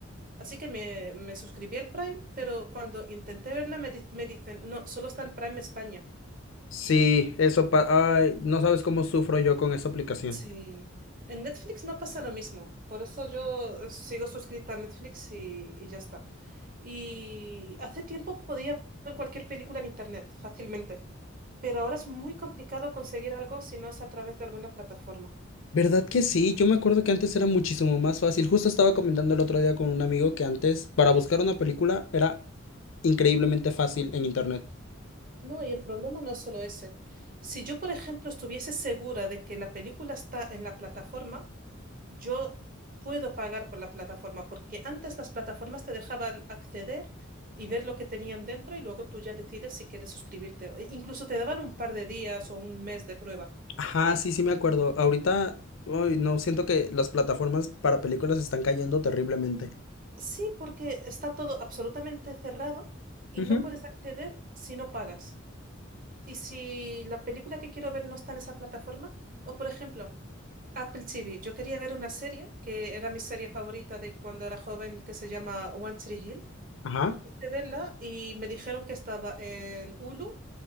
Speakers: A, on the right; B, on the left.
A: Así que me, me suscribí al Prime, pero cuando intenté verla me, di- me dicen, no, solo está en Prime España.
B: Sí, eso pa... Ay, no sabes cómo sufro yo con esa aplicación.
A: Sí. En Netflix no pasa lo mismo, por eso yo eh, sigo suscrita a Netflix y, y ya está. Y hace tiempo podía ver cualquier película en Internet fácilmente, pero ahora es muy complicado conseguir algo si no es a través de alguna plataforma.
B: ¿Verdad que sí? Yo me acuerdo que antes era muchísimo más fácil. Justo estaba comentando el otro día con un amigo que antes, para buscar una película, era increíblemente fácil en internet.
A: No, y el problema no es solo ese. Si yo, por ejemplo, estuviese segura de que la película está en la plataforma, yo puedo pagar por la plataforma, porque antes las plataformas te dejaban acceder y ver lo que tenían dentro y luego tú ya decides si quieres suscribirte. o- e Incluso te daban un par de días o un mes de prueba.
B: Ajá, sí, sí me acuerdo. Ahorita, uy, no, siento que las plataformas para películas están cayendo terriblemente.
A: Sí, porque está todo absolutamente cerrado y
B: Ujú.
A: no puedes acceder si no pagas. Y si la película que quiero ver no está en esa plataforma, o por ejemplo, Apple TV, yo quería ver una serie que era mi serie favorita de cuando era joven que se llama One Tree Hill.
B: Ajá.
A: quise verla y me dijeron que estaba en Hulu